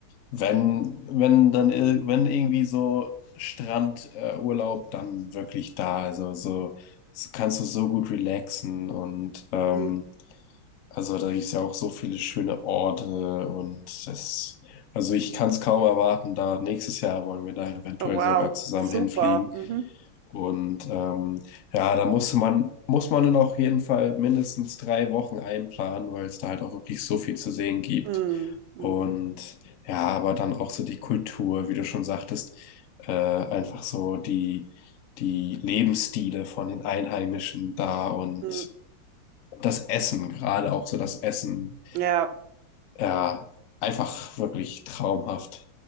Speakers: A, on the left; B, on the right.
A: wenn, wenn dann, ir- wenn irgendwie so Strandurlaub, äh, Urlaub, dann wirklich da. Also so, so kannst du so gut relaxen und ähm,
B: mhm.
A: Also da gibt es ja auch so viele schöne Orte und das, also ich kann es kaum erwarten, da nächstes Jahr wollen wir da eventuell
B: Oh wow,
A: sogar zusammen
B: super.
A: hinfliegen.
B: Mhm.
A: Und ähm, ja, da musste man, muss man dann auf jeden Fall mindestens drei Wochen einplanen, weil es da halt auch wirklich so viel zu sehen gibt.
B: Mhm, mhm,
A: Und ja, aber dann auch so die Kultur, wie du schon sagtest, äh, einfach so die, die Lebensstile von den Einheimischen da und
B: mhm.
A: das Essen, gerade auch so das Essen.
B: Ja,
A: Ja, einfach wirklich traumhaft.